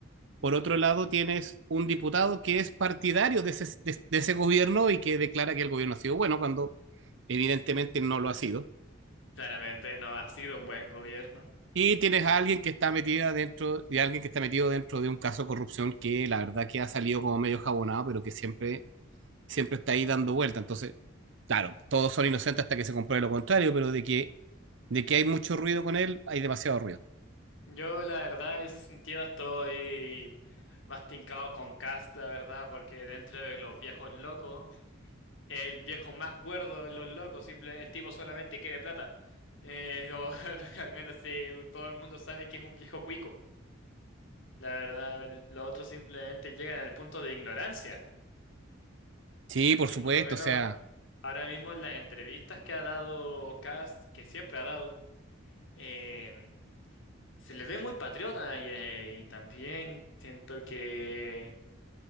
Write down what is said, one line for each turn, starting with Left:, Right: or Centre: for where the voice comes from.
Right: Por otro lado, tienes un diputado que es partidario de ese, de, de ese gobierno y que declara que el gobierno ha sido bueno cuando evidentemente no lo ha sido.
Left: claramente no ha sido un buen gobierno.
Right: Y tienes a alguien que está metida dentro, y alguien que está metido dentro de un caso de corrupción que la verdad que ha salido como medio jabonado, pero que siempre, siempre está ahí dando vuelta. Entonces, claro, todos son inocentes hasta que se compruebe lo contrario, pero de que, de que hay mucho ruido con él, hay demasiado ruido.
Left: Yo, la verdad, en ese sentido estoy más tincado con Cast, la verdad, porque dentro de los viejos locos, el viejo más cuerdo de los locos, simple, el tipo solamente quiere plata. Eh, como, <laughs> al menos sí, todo el mundo sabe que es un viejo cuico. La verdad, los otros simplemente llegan al punto de ignorancia.
Right: Sí, por
Left: Y
Right: supuesto,
Left: por lo menos
Right: o sea,
Left: ahora mismo en las entrevistas que ha dado Cast, que siempre ha dado, eh, se le ve muy patriota y, eh, y también siento que,